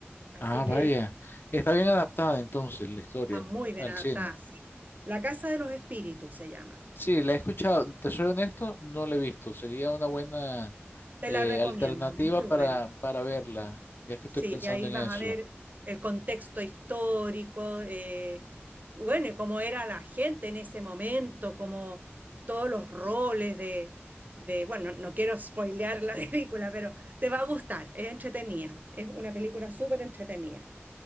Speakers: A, on the right; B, on the left.
A: Así
B: Ah, vaya.
A: que
B: Está bien adaptada entonces la historia
A: Está muy bien
B: al
A: adaptada,
B: cine.
A: sí. La Casa de los Espíritus se llama.
B: Sí, la he escuchado, te soy honesto, no la he visto. Sería una buena
A: Te
B: eh,
A: la recomiendo,
B: alternativa
A: muy
B: para,
A: buena.
B: para verla, ya que estoy
A: Sí,
B: pensando
A: y ahí
B: en
A: vas
B: eso.
A: a ver el contexto histórico, eh, bueno, y cómo era la gente en ese momento, como todos los roles de, de- bueno, no no quiero spoilear la <laughs> película, pero te va a gustar, es entretenida, es una película súper entretenida.